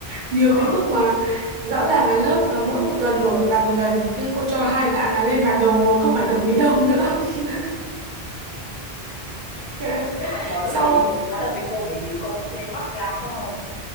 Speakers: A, on the right; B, on the left.
A: nhiều
B: Ờ,
A: tới mức mà rõ ràng là lớp là mỗi một tuần đổi bàn một lần nhưng cô cho hai bạn là lên bàn đầu ngồi không phải đổi đi đâu nữa. <laughs> Trời ơi,
B: tức là ngồi nói
A: xong
B: chuyện nhiều quá nên bị cô bị bị cô cách ly tách ra phải không?